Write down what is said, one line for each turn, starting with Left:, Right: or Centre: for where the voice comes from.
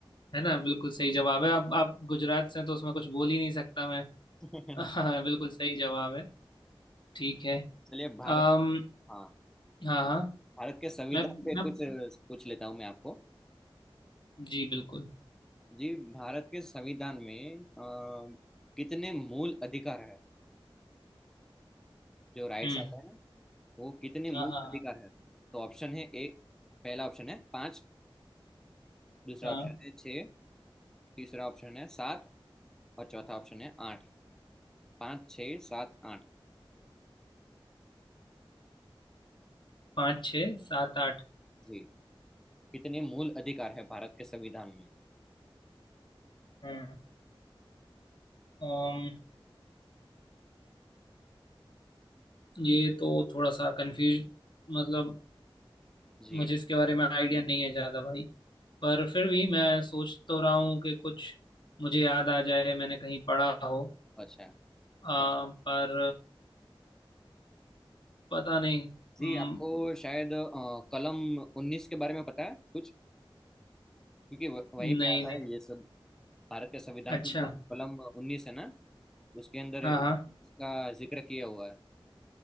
Left: है ना बिल्कुल सही जवाब है अब आप गुजरात से हैं, तो उसमें कुछ बोल ही नहीं सकता मैं
Centre: <laughs>
Left: <laughs> हाँ, बिल्कुल सही जवाब है ठीक है
Centre: चलिए भारत
Left: अम
Centre: हाँ
Left: हाँ हाँ
Centre: भारत के संविधान
Left: मैं
Centre: पे
Left: मैं
Centre: कुछ पूछ लेता हूँ मैं आपको
Left: जी बिल्कुल
Centre: जी भारत के संविधान में अ, कितने मूल अधिकार है जो राइट्स
Left: हम्म
Centre: आता है ना वो कितने मूल
Left: हाँ हाँ
Centre: अधिकार है तो ऑप्शन है ए पहला ऑप्शन है पाँच दूसरा
Left: हाँ
Centre: ऑप्शन है छः तीसरा ऑप्शन है सात और चौथा ऑप्शन है आठ पाँच छः सात आठ
Left: पाँच छः सात आठ
Centre: जी कितने मूल अधिकार है भारत के संविधान में
Left: हाँ अम ये तो थोड़ा सा कंफ्यूज मतलब
Centre: जी
Left: मुझे इसके बारे में आइडिया नहीं है ज़्यादा भाई पर फिर भी मैं सोच तो रहा हूँ कि कुछ मुझे याद आ जाए मैंने कहीं पढ़ा हो
Centre: अच्छा
Left: आ, पर पता नहीं
Centre: जी
Left: हम्म,
Centre: आपको शायद अ, कलम उन्नीस के बारे में पता है कुछ क्योंकि वह- वहीं
Left: नहीं
Centre: पे आता
Left: नहीं
Centre: है ये सब भारत के संविधान
Left: अच्छा
Centre: की जो कलम उन्नीस है ना उसके अंदर
Left: हाँ
Centre: इस-
Left: हाँ
Centre: इसका जिक्र किया हुआ है